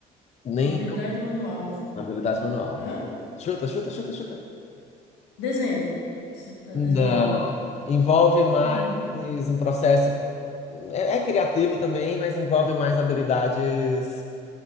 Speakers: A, on the left; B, on the left.
A: Nem
B: Habilidade manual.
A: na habilidade manual.
B: Hã?
A: Chuta, chuta, chuta, chuta.
B: Desenho. Você tá
A: Não.
B: desenhando.
A: Envolve mais
B: Hum.
A: um processo. É, é criativo também, mas envolve mais habilidades.